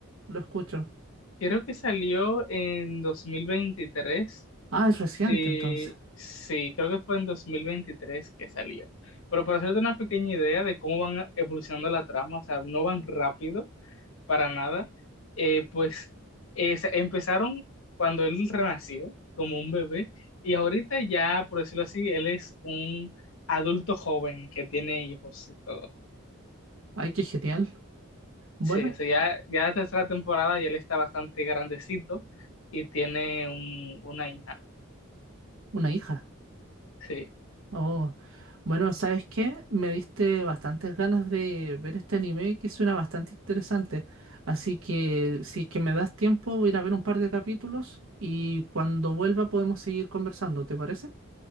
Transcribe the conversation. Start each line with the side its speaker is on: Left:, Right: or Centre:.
Right: lo escucho.
Left: Creo que salió en dos mil veintitrés,
Right: Ah, es reciente
Left: Sí,
Right: entonces.
Left: sí, creo que fue en 2023 que salió. Pero para hacerte una pequeña idea de cómo van evolucionando la trama, o sea, no van rápido para nada, eh, pues eh, se- empezaron cuando él renació como un bebé y ahorita ya, por decirlo así, él es un adulto joven que tiene hijos y todo.
Right: Ay, qué genial. Bueno,
Left: Sí, o sea, ya, ya la tercera temporada y él está bastante grandecito y tiene un, una hija.
Right: una hija.
Left: Sí.
Right: Oh, bueno, ¿sabes qué? Me diste bastantes ganas de ver este anime que suena bastante interesante. Así que si es que me das tiempo, voy a ir a ver un par de capítulos y cuando vuelva podemos seguir conversando, ¿te parece?